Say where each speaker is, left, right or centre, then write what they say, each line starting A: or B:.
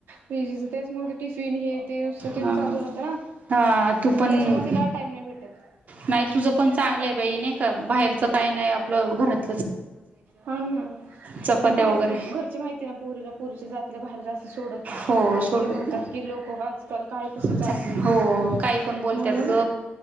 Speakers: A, on the right; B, on the right.
A: पीजीच तेच मग टिफिन हे ते नुसत ते
B: हा
A: चालू राहते ना
B: हा तू पण
A: त्याच्यामुळे तिला टाइम नाही भेटत
B: नाही तुझं पण चांगलं आहे बाई नाही का बाहेरचं काय नाही आपलं घरात
A: हा ना
B: चपात्या
A: बाहेर
B: वगैरे
A: घरची माहिती आहे ना पुरीला पुरीच्या जातीला बाहेर जास्त सोडत नाही
B: हो सोडत
A: ते म्हणतात की लोक आजकाल काय कसं
B: नाही
A: चालू आहे
B: हो काही पण बोलतात
A: म्हणून
B: ग.